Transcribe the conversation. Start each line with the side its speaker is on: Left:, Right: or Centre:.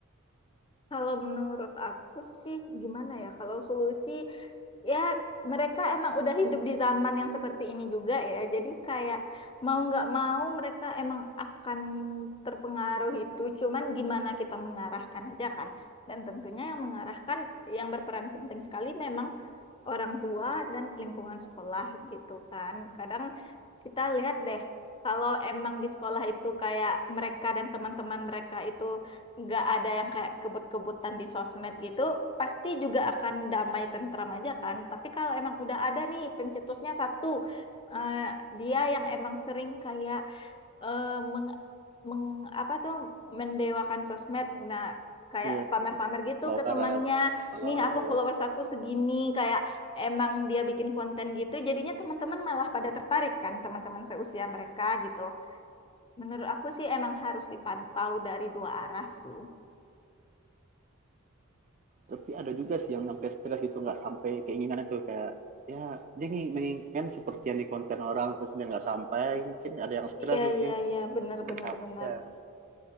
Left: Kalau menurut aku sih gimana ya? Kalau solusi ya mereka emang udah hidup di zaman yang seperti ini juga ya. Jadi kayak mau nggak mau mereka emang akan terpengaruh itu. Cuman gimana kita mengarahkan aja kan. Dan tentunya yang mengarahkan yang berperan penting sekali memang orang tua dan lingkungan sekolah gitu kan. Kadang kita lihat deh kalau emang di sekolah itu kayak mereka dan teman-teman mereka itu nggak ada yang kayak kebut-kebutan di sosmed gitu, pasti juga akan damai tentram aja kan. Tapi kalau emang udah ada nih pencetusnya satu, eh, dia yang emang sering kayak eh, meng, meng apa tuh mendewakan sosmed. Nah, kayak
Right: Iya,
Left: pamer-pamer gitu
Right: kalau
Left: ke temannya,
Right: ya, Kalau
Left: nih aku
Right: ya.
Left: followers aku segini, kayak emang dia bikin konten gitu, jadinya teman-teman malah pada tertarik kan, teman-teman seusia mereka gitu. Menurut aku sih emang harus dipantau dari dua arah sih.
Right: tapi ada juga sih yang sampai stres gitu nggak sampai keinginan itu kayak ya dia ingin- menginginkan seperti yang di konten orang terus dia nggak sampai mungkin ada yang stres
Left: Iya,
Right: mungkin
Left: iya, iya, benar,
Right: sampai
Left: benar,
Right: capek
Left: benar.
Right: Ya.